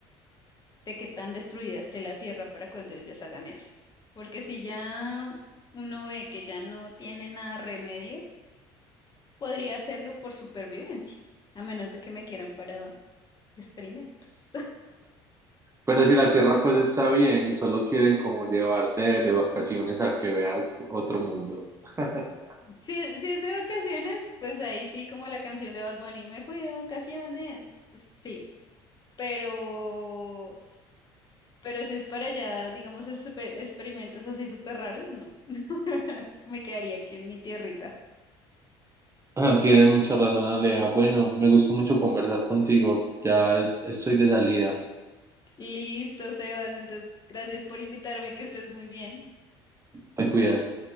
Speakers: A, on the left; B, on the right.
A: de qué tan destruida esté la tierra para cuando ellos hagan eso. Porque si ya uno ve que ya no tiene nada remedio, Podría hacerlo por supervivencia, a menos de que me quieran para experimentos.
B: Pero si la Tierra pues está bien y solo quieren como llevarte de vacaciones a que veas otro mundo. <laughs>
A: Si, es- si es de vacaciones, pues ahí sí, como la canción de Bad Bunny, me fui de vacaciones. Sí, pero, pero si es para allá, digamos, espe- experimentos así súper raros, no. <laughs> Me quedaría aquí en mi tierrita.
B: Ah, Tienes mucha razón, Alea. Bueno, me gustó mucho conversar contigo. Ya estoy de salida.
A: Listo, Sebas, entonces gracias por invitarme, que estés muy bien.
B: Te cuidas.